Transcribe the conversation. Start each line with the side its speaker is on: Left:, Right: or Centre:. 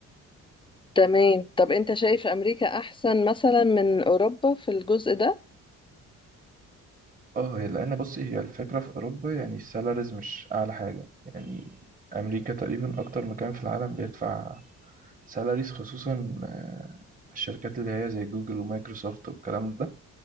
Left: تمام طب انت شايف امريكا احسن مثلا من اوروبا في الجزء ده
Right: اه هي لان بصي هي الفكره في اوروبا يعني السالاريز مش اعلى حاجه يعني امريكا تقريبا اكتر مكان في العالم بيدفع سالاريز خصوصا آه، الشركات اللي هي زي جوجل ومايكروسوفت والكلام ده